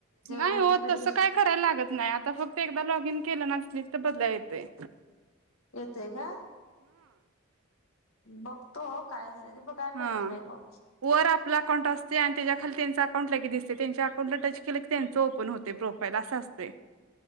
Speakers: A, on the right; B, on the left.
A: नाही
B: ओटीपी
A: हो तस
B: दिले
A: काय करायला लागत नाही आता फक्त एकदा लॉगिन केलं ना <unintelligible> बदला येतय.
B: येतेय का?.. बघ तो काय झालय ते बघाय
A: हा
B: पाहिजे बाई मग
A: वर आपला अकाउंटअसते आणि त्याच्या खाली त्यांचे अकाउंट लगेच दिसतय तेंच्या अकाऊंट ला टच केलं की त्यांचं ओपन होतय, प्रोफाईल अस असतय